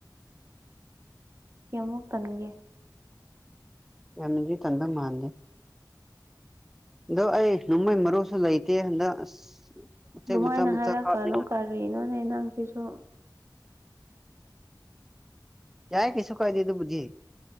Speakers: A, on the right; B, in the centre.
A: ꯀꯌꯥꯝꯃꯨꯛ ꯇꯟꯒꯦ
B: ꯌꯥꯝꯅꯗꯤ ꯇꯟꯕ ꯃꯥꯟꯗꯦ ꯑꯗꯣ ꯑꯩ ꯅꯣꯡꯃꯩ ꯃꯔꯨ ꯂꯩꯇꯦ ꯍꯟꯗꯛ ꯑꯁ ꯎꯆꯦꯛ
A: ꯑꯗꯨꯃꯥꯏꯅ
B: ꯃꯆꯥ ꯃꯆꯥ
A: ꯍꯥꯏꯔꯛꯀꯅꯨ
B: ꯀꯥꯞꯅꯤꯡꯉꯥꯏ
A: ꯀꯔꯤꯅꯣꯅꯦ ꯅꯪꯁꯤꯁꯨ
B: ꯌꯥꯏ ꯀꯩꯁꯨ ꯀꯥꯏꯗꯦ ꯑꯗꯨꯕꯨꯗꯤ